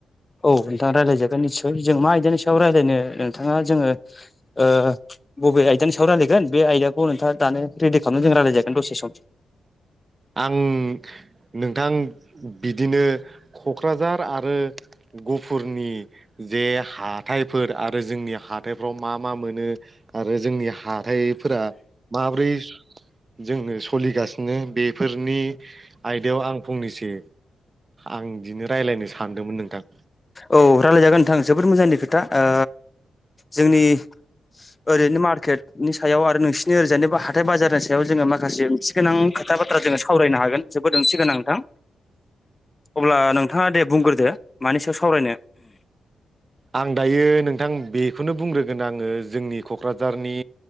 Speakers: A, on the left; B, on the right.
A: औ नोंथाङा रायलायजागोन निस्सय जों मा आयदानि सायाव रायलायनो नोंथाङा जोङो ओ बबे आयदानि सायाव रायलायगोन बे आयदाखौ नोंथाङा दानो रेडि खालामनानै जों रायलाय जागोन दसे सम
B: आं नोंथां बिदिनो क'क्राझार आरो गहफुरनि जे हाथायफोर आरो जोंनि हाथायफ्राव मा मा मोनो आरो जोंनि हाथायफोरा माब्रै जोंनो सोलिगासिनो बे फोरनि आयदायाव आं फंनैसो आं इदिनो रायलायनो सानदोंमोन नोंथां
A: औ रायलायजागोन नोंथां जोबोद मोजांनि खोथा ओ जोंनि ओरैनो मार्केटनि सायाव आरो नोंसिनि ओरजानि हाथाय बाजारनि सायाव जोङो माखासे गोनां खोथा बाथ्रा जोंङो सावरायनो हागोन जोबोद ओंथि गोनां नोंथां अब्ला नोंथाङा दे बुंग्रोदो मानि सायाव सावरायनो
B: आं दायो नोंथां बेखौनो बुंग्रोगोन आङो जोंनि क'क्राझारनि